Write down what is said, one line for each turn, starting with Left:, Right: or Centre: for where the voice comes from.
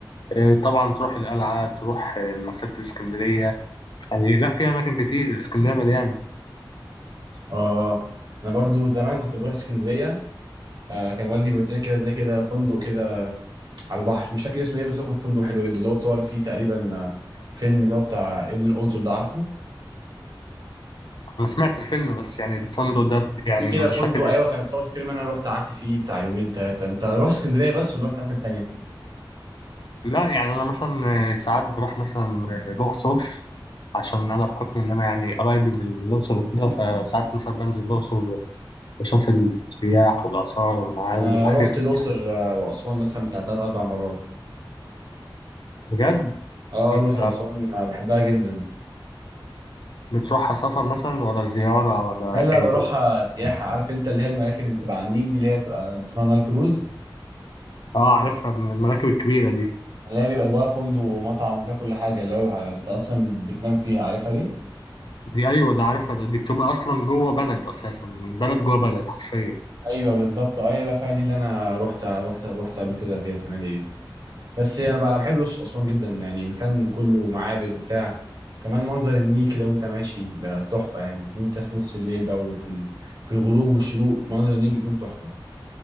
Left: آه، طبعا تروح القلعه تروح آه، مكتبه الاسكندريه يعني لا في اماكن كتير الاسكندريه مليانه
Right: اه انا برضو زمان كنت بروح اسكندريه أه كان والدي بيودينا كده زي كده فندق كده على البحر مش فاكر اسمه ايه بس هو كان فندق حلو جدا اللي هو اتصور فيه تقريبا آه، فيلم اللي هو بتاع ابن القنصل ده عارفه
Left: انا سمعت الفيلم بس يعني الفندق ده يعني
Right: في كده
Left: مش
Right: فندق
Left: فاكر
Right: ايوه
Left: اسمه
Right: كان اتصور في فيلم انا رحت قعدت فيه بتاع يومين ثلاثه انت روح اسكندريه بس ولا رحت اماكن تانيه
Left: لا يعني انا مثلا ساعات بروح مثلا الاقصر عشان انا بحكم ان انا يعني قرايب من الاقصر وكده فساعات مثلا بنزل الاقصر بشوف السياح والاثار والمعابد
Right: انا
Left: والحاجات
Right: رحت
Left: دي
Right: الاقصر
Left: يعني
Right: آه، واسوان مثلا بتاع ثلاث اربع مرات
Left: بجد
Right: اه
Left: انت
Right: الأقصر وأسوان آه، بحبها جدا
Left: بتروحها سفر مثلا ولا زياره ولا
Right: لا لا
Left: ايه
Right: بروح
Left: بس
Right: سياحة عارف انت اللي هي المراكب اللي تبقى على النيل دي اللي هي تبقى اسمها نايل كروز
Left: اه عارفها من المراكب الكبيره دي
Right: اللي هي بيبقى جواها فندق ومطعم وفيها كل حاجة اللي هو بح- انت اصلا بتنام فيها عارفها دي
Left: دي ايوه ده عارفها ده دي بتبقى اصلا جوه بلد اساسا بلد جوه بلد حرفيا
Right: ايوه بالظبط اه يبقى فيها دي اللي انا رحت رحت رحت قبل كده فيها الفنادق دي بس انا بقى انا بحب الأقصر وأسوان جدا يعني مكان كله معابد وبتاع كمان منظر النيل كده وانت ماشي بقى تحفة يعني وانت في نص الليل بقى وفي ال... في الغروب والشروق منظر النيل بيكون تحفة